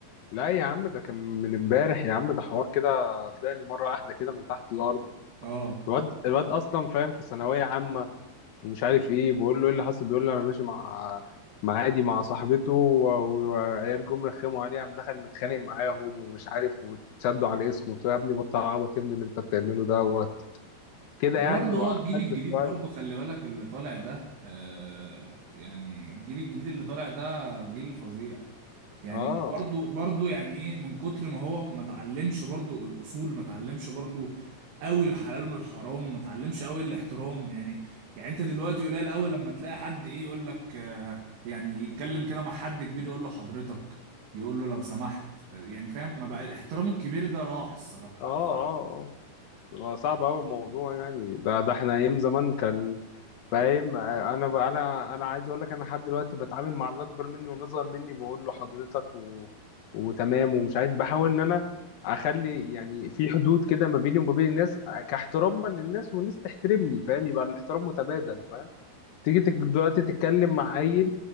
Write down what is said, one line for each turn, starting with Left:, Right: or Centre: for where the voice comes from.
Left: لا يا عم ده كان من امبارح يا عم ده حوار كده طلع لي مره واحده كده من تحت الارض
Right: اه
Left: الواد الواد اصلا فاهم في ثانويه عامه ومش عارف ايه بقول له ايه اللي حصل بيقول لي انا ماشي مع مع عادي مع صاحبته و- وعيال جم رخموا عليه قام دخل متخانق معاهم ومش عارف وتشدوا على اسمه قلت له يا ابني بطل عبط يا ابني اللي انت بتعمله ده و- كده
Right: برضه
Left: يعني وعقلت
Right: هو الجيل الجديد
Left: شويه
Right: برضه خلي بالك اللي طالع ده آه يعني الجيل الجديد اللي طالع ده جيل فظيع يعني
Left: اه
Right: برضو برضو يعني ايه من كتر ما هو ما اتعلمش برضو الاصول ما اتعلمش برضو قوي الحلال من الحرام ما اتعلمش قوي الاحترام يعني يعني انت دلوقتي قليل قوي لما تلاقي حد ايه يقول لك آه، يعني يتكلم كده مع حد كبير يقول له حضرتك يقول له لو سمحت آه، يعني فاهم ما بقى احترام الكبير ده راح الصراحة
Left: اه اه هو صعب أوي الموضوع يعني ده ده احنا أيام زمان كان فاهم آه، أنا ب... أنا أنا عايز أقول لك أنا لحد دلوقتي بتعامل مع اللي أكبر مني واللي أصغر مني بقول له حضرتك و... وتمام ومش عارف بحاول إن أنا أخلي يعني في حدود كده ما بيني وما بين الناس آه، كاحتراما للناس والناس تحترمني فاهم يبقى الاحترام متبادل فاهم تيجي تك- دلوقتي تتكلم مع عيل